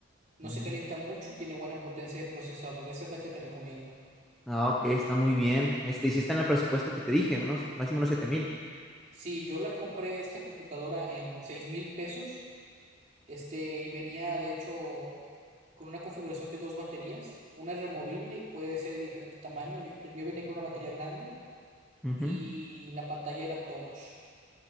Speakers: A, on the right (about 35°); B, in the centre.
A: no
B: Mm.
A: se calienta mucho y tiene buena potencia de procesador. Esa es la que te recomiendo.
B: Ah, ok, está muy bien. Este, y si está en el presupuesto que te dije, unos, máximo unos siete mil.
A: Sí, yo la compré esta computadora en seis mil pesos Este, y venía de hecho con una configuración de dos baterías, una es removible y puede ser de diferente tamaño. y El mío venía con una batería grande
B: Ujú.
A: y la pantalla era touch.